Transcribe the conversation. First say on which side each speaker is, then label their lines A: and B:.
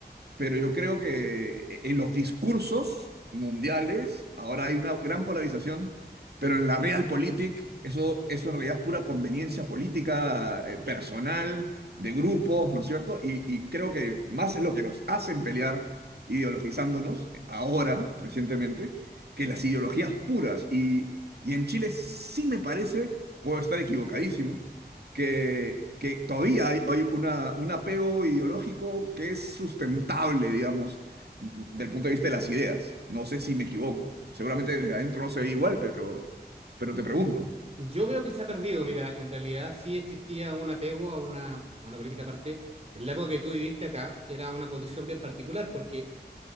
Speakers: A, on the right (about 70°); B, on the right (about 40°).
A: pero yo creo que eh, en los discursos mundiales ahora hay una gran polarización, pero en la realpolitik eso, eso en realidad es pura conveniencia política, eh, personal, de grupos, ¿no es cierto? Y, y creo que más es lo que nos hacen pelear ideologizándonos ahora, recientemente, que las ideologías puras. Y, y en Chile sí me parece, puedo estar equivocadísimo, que, que todavía hay, hay una, un apego ideológico que es sustentable, digamos, del punto de vista de las ideas. No sé si me equivoco. Seguramente desde adentro no se ve igual, pero, pero te pregunto.
B: Yo veo que se ha perdido, mira, en realidad sí existía un apego a una, a una política aparte. En la época que tú viviste acá era una condición bien particular porque